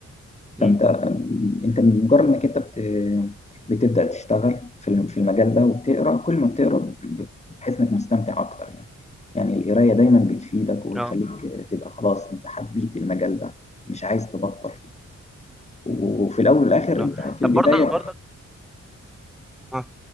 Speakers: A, on the left (about 20°); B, in the centre.
A: فانت
B: امم
A: انت مجرد انك انت بت... بتبدا تشتغل في الم- في المجال ده وبتقرا كل ما بتقرا بت- بتحس انك مستمتع اكتر يعني يعني القرايه دايما بتفيدك وبتخليك
B: اه
A: تبقى خلاص انت حبيت المجال ده مش عايز تبطل فيه وفي الاول والاخر
B: اه
A: انت في
B: طب
A: البدايه
B: برضك برضك اه